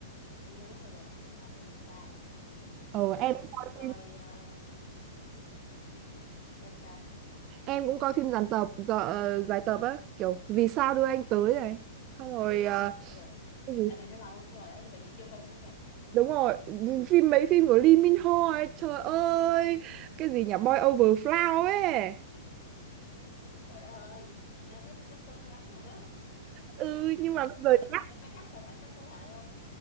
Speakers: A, on the left; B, on the right.
A: để nhớ hồi gần đây coi phim gì ta
B: ờ em
A: gần đây
B: cũng coi
A: chị coi
B: phim
A: ờ, em sao
B: em cũng coi phim dàn tập giờ dài tập á kiểu vì sao đưa anh tới này xong rồi ờ,
A: Ôi rồi
B: cái gì
A: à, thì nó lâu lắm rồi đó nhưng mà chị chưa coi phim đó nha
B: đúng rồi phim mấy phim của Lee Min Ho ấy trời ơi cái gì nhỉ Boy Over Flower ấy
A: trời đất ơi em thấy phim nó xưa lắm rồi đó
B: ừ nhưng mà bây
A: Là
B: giờ
A: em
B: nhắc
A: em có chắc là khoảng cách thế hệ không